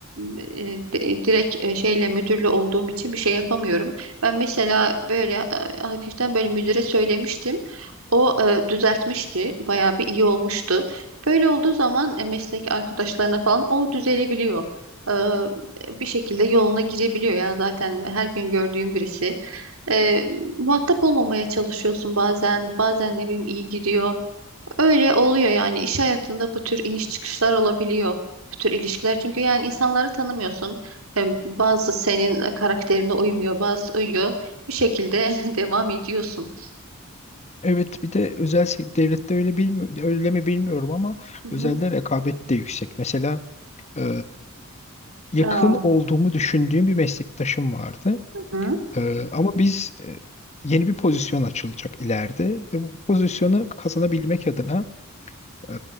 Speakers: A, on the right; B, on the left.
A: e, di- direkt e, şeyle müdürlü olduğum için bir şey yapamıyorum. Ben mesela böyle e, hafiften böyle müdüre söylemiştim. O e, düzeltmişti. Bayağı bir iyi olmuştu. Böyle olduğu zaman e, meslek arkadaşlarına falan o düzelebiliyor. E, bir şekilde yoluna girebiliyor ya zaten her gün gördüğüm birisi. E, muhatap olmamaya çalışıyorsun bazen. Bazen ne bileyim iyi gidiyor. Öyle oluyor yani iş hayatında bu tür iniş çıkışlar olabiliyor. Bu tür ilişkiler çünkü yani insanları tanımıyorsun. E, Bazı senin e, karakterine uymuyor, bazı uyuyor. Bir şekilde <laughs> devam ediyorsun.
B: Evet bir de özel sek- devlette öyle bilmi öyle mi bilmiyorum ama
A: Hı hı.
B: özelde rekabet de yüksek. Mesela e, yakın
A: Aa.
B: olduğumu düşündüğüm bir meslektaşım vardı.
A: Hı? hı.
B: E, ama biz e, yeni bir pozisyon açılacak ileride ve bu pozisyonu kazanabilmek adına Ee,